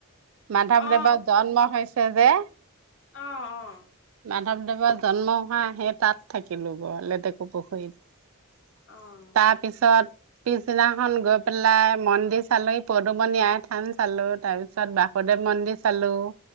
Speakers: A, on the right; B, on the left.
A: মাধৱদেৱৰ
B: অ'
A: জন্ম হৈছে যে
B: আহ অ
A: মাধৱদেৱৰ জন্ম হোৱা সেই তাত থাকিলো গৈ পুখুৰীত
B: অ'
A: তাৰপিছত পিছদিনাখনন গৈ পেলাই মন্দিৰ চালো পদুমণি আই থান চালো তাৰ পিছত বাসুদেৱ মন্দিৰ চালো